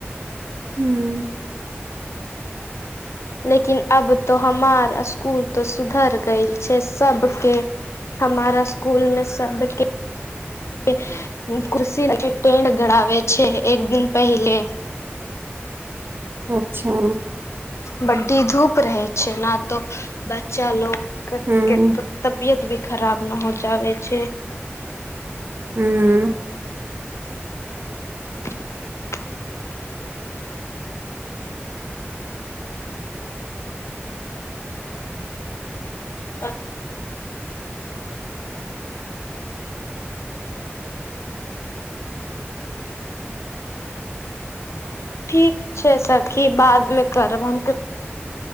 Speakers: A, on the right; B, on the left.
A: हूँ
B: लेकिन अब तो हमार स्कूल तो सुधर गेल छै सबके हमार स्कूल मे सब के कुर्सी <unintelligible> फेर टेंट गड़ावे छै एक दिन पहिले
A: अच्छा
B: बड्डी धूप रहै छै न तो बच्चा लोक के
A: हूँ
B: <unintelligible> तबियत भी खराब न हो जाबे छै
A: हूँ
B: <inaudible> <inaudible> <unintelligible> <unintelligible> ठीक छै सखी बादमे करब हम <inaudible>